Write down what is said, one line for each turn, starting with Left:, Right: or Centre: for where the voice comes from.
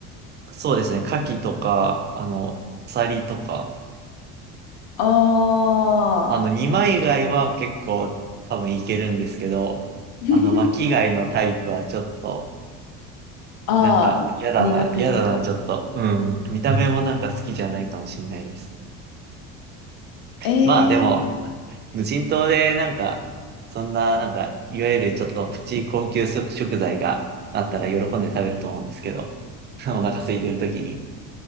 Right: そうですね、牡蠣とか、あの、サリとか、
Left: ああー、
Right: あの、二枚貝は結構多分いけるんですけど、
Left: <laughs>
Right: あの、巻き貝のタイプはちょっと、
Left: ああ、
Right: なんか、嫌だな、
Left: 苦手ですか
Right: 嫌だな、ちょっと、うん、見た目もなんか好きじゃないかもしれないです。
Left: え
Right: まあでも、
Left: えー、
Right: 無人島でなんか、そんななんか、いわゆるちょっとプチ高級食材があったら喜んで食べると思うんですけど、<laughs> お腹空いてる時に。